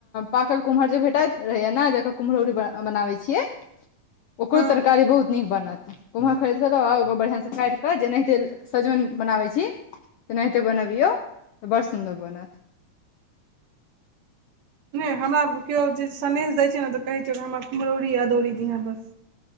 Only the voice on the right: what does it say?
हँ
नहि हमरा किओ जे सन्देश दै छै। ने तऽ कहै छीय हमरा कुम्हरौरी अदौरी दिहै बस।